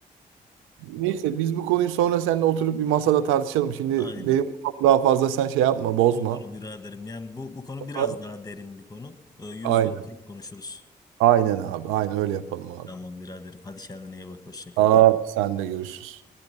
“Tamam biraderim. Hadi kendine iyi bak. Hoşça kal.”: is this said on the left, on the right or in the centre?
Left